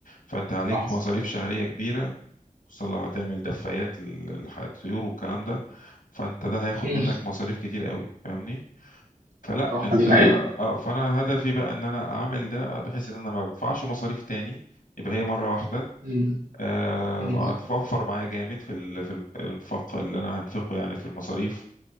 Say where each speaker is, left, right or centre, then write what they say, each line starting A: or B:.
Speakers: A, on the left; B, on the right.
A: فانت عليك
B: صح
A: مصاريف شهرية كبيرة خصوصا لو هتعمل دفايات للطيور والكلام ده فانت ده هياخد
B: مم.
A: منك مصاريف كتير قوي فاهمني فلا
B: صح
A: انت
B: دي حقيقة
A: اه فانا هدفي بقى ان انا اعمل ده بحيث ان انا ما بدفعش مصاريف تاني يبقى هي مره واحده
B: مم.
A: أه
B: مم.
A: هتوفر معايا جامد في ال- في الانفاق اللي انا هنفقه يعني في المصاريف